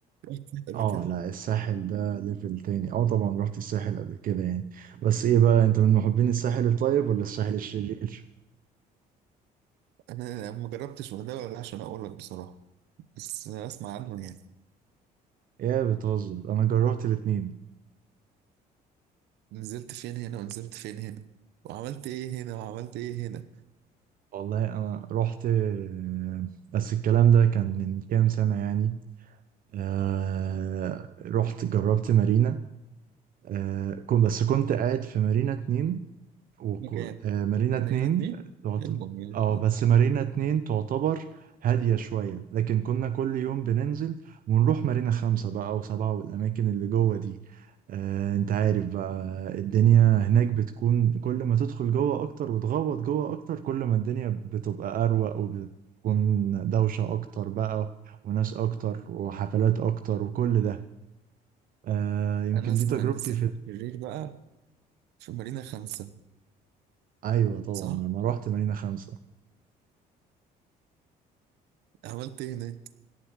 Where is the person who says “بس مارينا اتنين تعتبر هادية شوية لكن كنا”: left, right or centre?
Right